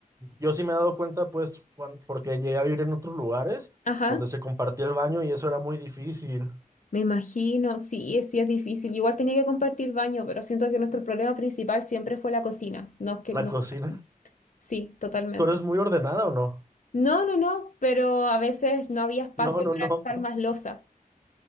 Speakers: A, on the right; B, on the left.
A: yo sí me he dado cuenta, pues, cuan- porque llegué a vivir en otros lugares
B: ajá,
A: donde se compartía el baño y eso era muy difícil.
B: me imagino, sí, sí es difícil. Igual tenía que compartir baño, pero siento que nuestro problema principal siempre fue la cocina. No es que no.
A: La cocina.
B: Sí, totalmente.
A: ¿Tú eres muy ordenada o no?
B: No, no, no, pero a veces no había espacio
A: No, no,
B: para
A: no.
B: dejar
A: <laughs>
B: más losa.